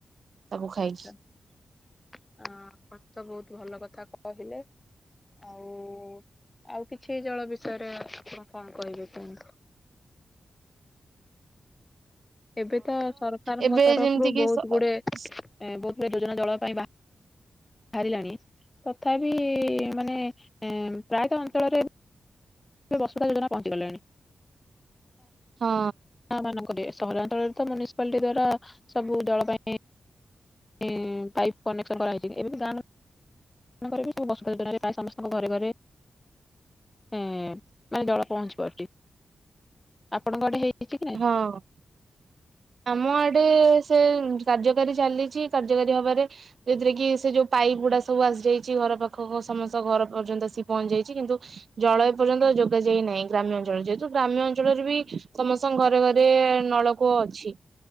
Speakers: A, on the right; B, on the left.
A: ତାକୁ ଖାଇକି।
B: ଆ ଆପଣ ତ ବହୁତ ଭଲ କଥା କହିଲେ। ଆଉ ଆଉ କିଛି ଜଳ ବିଷୟରେ ଆପଣ କଣ କହିବେ କୁହ। ଏବେ ତ ସରକାରଙ୍କ
A: ଏବେ
B: ତରଫରୁ
A: ଯେମିତି କିି
B: ବହୁତ
A: ସ
B: ଗୁଡେ ବହୁତ ଗୁଡେ ଯୋଜନା ଜଳ ପାଇଁ ବାହାର ବାହାରିଲାଣି ତଥାପି ମାନେ ପ୍ରାୟତଃ ଅଞ୍ଚଳରେ ସେ ବସୁଧା ଯୋଜନା ପହଞ୍ଚି ଗଲେଣି।
A: ହଁ।
B: ଗାଁ ମାନଙ୍କ ସହରାଞ୍ଚଳରେ ତ ମନିସିପାଲିଟି ଦ୍ଵାରା ସବୁ ଦଳ ପାଇଁ ସେ ପାଇପ୍ କନେକ୍ସନ କରାଯାଇଛି। ଏବେ ଗାଁ <unintelligible> ପ୍ରାଏ ସମସ୍ତଙ୍କ ଘରେ ଘରେ। ଉଁ ମାନେ ଦଳ ପହଞ୍ଚି ପାରୁଛି ଆପଣଙ୍କ ଆଡେ ହେଇଛି କି ନାଇଁ।
A: ହଁ। ଆମ ଆଡେ ସେ କାର୍ଯ୍ୟକାରୀ ଚାଲିଛି କାର୍ଯ୍ୟକାରୀ ହବାରେ ଯୋଉଥିରେ କି ସେ ଯୋଉ ପାଇପ୍ ଗୁଡା ସବୁ ଆସିଯାଇଛି ଘର ପାଖ ସମସ୍ତ ଘର ପର୍ଯ୍ୟନ୍ତ ସି ପହଞ୍ଚି ଯାଇଛି କିନ୍ତୁ ଜଳ ଏପର୍ଯ୍ୟନ୍ତ ଯୋଗା ଯାଇ ନାହିଁ ଗ୍ରାମ୍ୟ ଅଞ୍ଚଳ ଯେହେତୁ ଗ୍ରାମ୍ୟ ଅଞ୍ଚଳରେ ବି ସମ ଘରେ ଘରେ ନଳକୂଅ ଅଛି